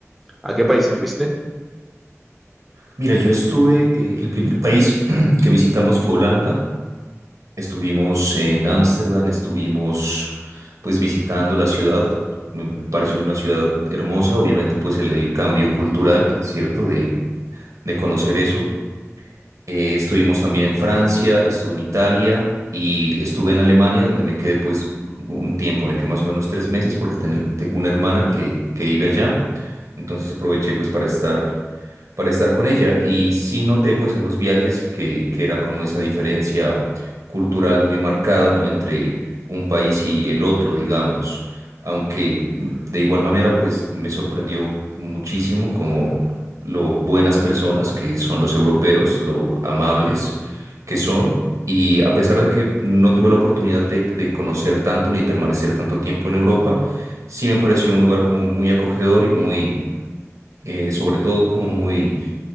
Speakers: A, in the centre; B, on the right.
A: ¿A qué países fuiste?
B: Mira, yo estuve, eh, el primer país <clears throat> que visitamos fue Holanda. Estuvimos en Ámsterdam, estuvimos pues visitando la ciudad, me pareció una ciudad hermosa, obviamente pues el, el cambio cultural, ¿cierto? De, de conocer eso. Eh, estuvimos también en Francia, estuve en Italia y estuve en Alemania donde me quedé pues un tiempo, me quedé más o menos tres meses porque ten- tengo una hermana que, que vive allá, entonces aproveché pues para estar, para estar con ella y sí noté pues en los viajes que, que era como esa diferencia cultural muy marcada, ¿no? Entre un país y el otro, digamos. Aunque de igual manera, pues me sorprendió muchísimo como lo buenas personas que son los europeos, lo amables que son. Y a pesar de que no tuve la oportunidad de, de conocer tanto ni permanecer tanto tiempo en Europa, sí me pareció un lugar como muy acogedor y muy, eh, sobre todo como muy